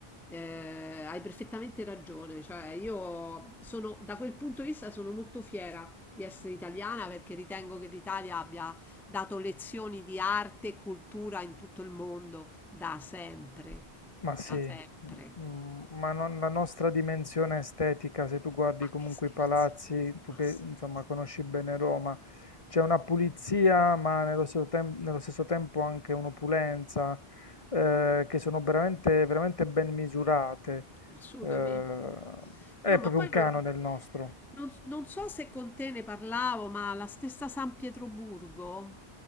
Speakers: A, in the centre; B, on the left.
A: eh, hai perfettamente ragione, cioè io sono, da quel punto di vista sono molto fiera di essere italiana perché ritengo che l'Italia abbia dato lezioni di arte e cultura in tutto il mondo da sempre,
B: Ma sì,
A: da sempre.
B: mm, ma non- la nostra dimensione estetica, se tu guardi
A: Ma
B: comunque
A: che scherzi.
B: i palazzi, tu
A: Ma
B: che
A: sì.
B: insomma conosci bene Roma, c'è una pulizia, ma nello stesso, tem- nello stesso tempo anche un'opulenza, eh, che sono veramente, veramente ben misurate.
A: Assolutamente.
B: Eh,
A: <laughs>
B: è
A: No, ma
B: proprio
A: poi
B: un canone
A: non,
B: il nostro.
A: non- non so se con te ne parlavo, ma la stessa San Pietroburgo,